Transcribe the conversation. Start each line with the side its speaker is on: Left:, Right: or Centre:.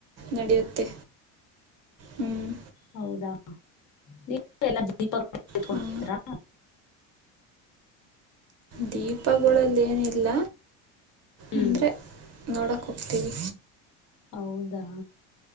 Right: ನಡೆಯುತ್ತೆ ಹ್ಮ್.
Left: ಹೌದಾ ನೀವು ಎಲ್ಲಾ ದೀಪ ಎತ್ಕೊಂಡು
Right: ಹಾಂ
Left: ಹೋಗ್ತಿರಾ.
Right: ದೀಪಗುಳಲ್ಲಿ ಏನಿಲ್ಲ.
Left: ಹ್ಮ್
Right: ಅಂದರೆ ನೋಡಕ್ಕೆ ಹೋಗ್ತೀವಿ.
Left: ಹೌದಾ